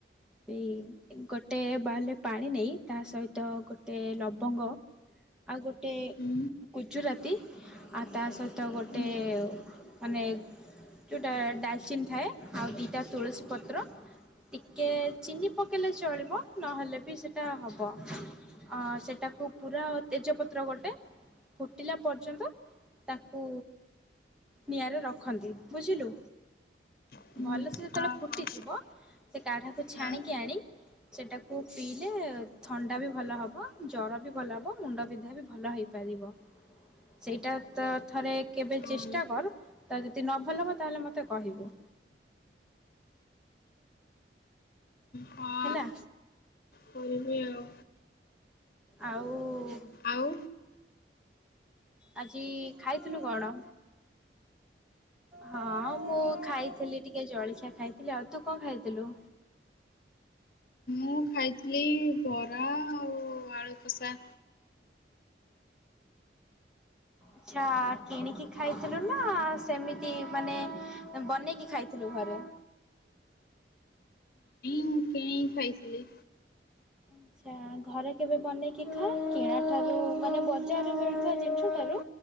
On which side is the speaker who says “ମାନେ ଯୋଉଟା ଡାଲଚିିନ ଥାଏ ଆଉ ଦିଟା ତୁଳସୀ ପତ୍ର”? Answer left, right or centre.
Centre